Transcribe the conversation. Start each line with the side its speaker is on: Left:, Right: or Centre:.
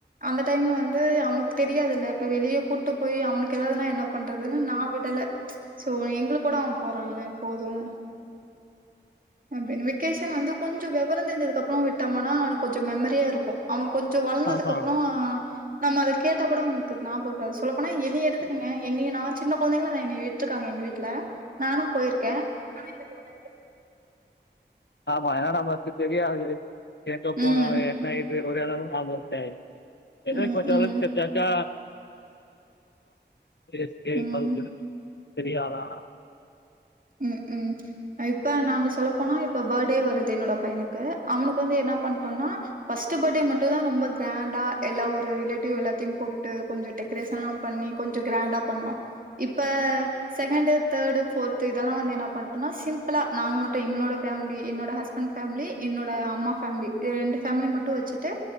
Right: அந்த டைம்ல வந்து அவனுக்கு தெரியாதுல்ல இப்ப வெளியே கூட்டு போய் அவனுக்கு ஏதாவதுனா என்ன பண்றதுன்னு நா விடல சோ எங்க கூட அவன் போறான்ல போதும் அப்டின்னு வெக்கேஷன் வந்து கொஞ்சோ விவரம் தெரிஞ்சதுக்கு அப்பறம் விட்டோம்னா அவனுக்கு கொஞ்சம் மெமரியா இருக்கும் அவன் கொஞ்சோ வளர்ந்ததுக்கு
Left: ஆமா
Right: அப்பறோ
Left: ஆமா
Right: நம்ம அத கேட்டா கூட உனக்கு ஞாபம் இருகாது சொல்ல போன என்னையே எடுத்துக்கங்க என் நீ நான் சின்ன குழந்தைங்கள நான் என் வச்சிருக்காங்க எங்க வீட்டல நானும் போயிருக்கேன் ஆனா எனக்கு ஒண்ணு
Left: ஆமாம் ஏன்னால் நம்ம தெரியாது எங்கே
Right: ம்.
Left: போணும் என்ன இது ஒரு எளவும் ஆமான்டேய் எதுவும்
Right: ம்,
Left: கொஞ்சோ
Right: ம்,
Left: தெரிஞ்சா செரி
Right: ம்.
Left: <inaudible> தெரியாதா
Right: ம் ம் இப்ப நாங்க சொல்லப்போனா இப்ப பேர்த்டே வருது என்னோட பையனுக்கு அவனுக்கு வந்து என்ன பண்ட்டோம்னா ஃபஸ்ட் பர்த்டே மட்டும் தான் ரொம்ப கிராண்டா எல்லா ஒரு ரிலேட்டிவ் எல்லாத்தையும் கூப்ட்டு கொஞ்சோ டெக் டிரஸ்ல்லாம் பண்ணி கொஞ்சோ கிராண்டா பண்ணோம் இப்ப செகண்ட் தேர்டு ஃபோர்த் து இதெல்லாம் வந்து என்ன பண்டோனா சிம்பிளா நாங்க மட்டும் என்னோடு ஃபேமிலி என்னோட ஹஸ்பண்ட் ஃபேமிலி என்னோடு அம்மா ஃபேமிலி என் ரெண்டு ஃபேமிலி மட்டும் வச்சுட்டு